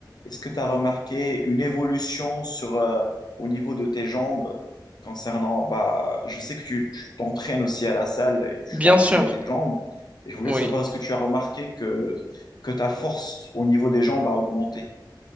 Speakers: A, on the left; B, on the right.
A: est-ce que tu remarqué une évolution sur, euh, au niveau de tes jambes concernant, bah, je sais que tu tu t'entraînes aussi à la salle et tu
B: bien
A: entraînes
B: sûr,
A: tes jambes. Et je voulais
B: oui.
A: savoir, est-ce que tu as remarqué que, que ta force au niveau des jambes a augmenté?